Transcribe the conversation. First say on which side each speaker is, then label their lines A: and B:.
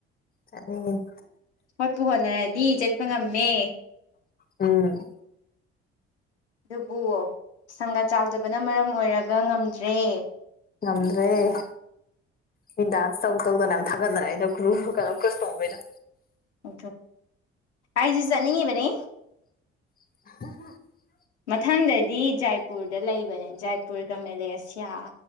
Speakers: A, on the left (about 25°); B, on the left (about 85°).
A: ꯑꯅꯤ
B: ꯍꯣꯠꯄꯨ ꯍꯣꯠꯅꯔꯗꯤ ꯆꯠꯄ ꯉꯝꯃꯦ
A: ꯎꯝ
B: ꯑꯗꯨꯕꯨꯣ ꯁꯪꯒꯥ ꯆꯥꯎꯗ ꯅ ꯃꯔꯝ ꯑꯣꯏꯔꯒ ꯉꯝꯗ꯭ꯔꯦ
A: ꯉꯝꯗ꯭ꯔꯦ ꯃꯤ ꯗꯥꯟꯁ ꯇꯧ ꯇꯧꯗꯅ ꯌꯥꯝ ꯊꯥꯒꯠꯗꯅꯦ ꯑꯩꯩꯅꯣ ꯀ꯭ꯔꯨ ꯀꯩꯅꯣ ꯀ꯭ꯔꯨꯁ ꯇꯣꯡꯕꯩꯗꯣ
B: ꯎ ꯑꯩꯁꯤ ꯆꯠꯅꯤꯡꯉꯤꯕꯅꯦ
A: <unintelligible>
B: ꯃꯊꯪꯗꯗꯤ ꯖꯥꯏꯄꯨꯔꯗ ꯂꯩꯕꯅꯦ ꯖꯥꯏ ꯃꯅꯤꯄꯨꯔꯒ ꯃꯦꯂꯦꯁꯤꯌꯥ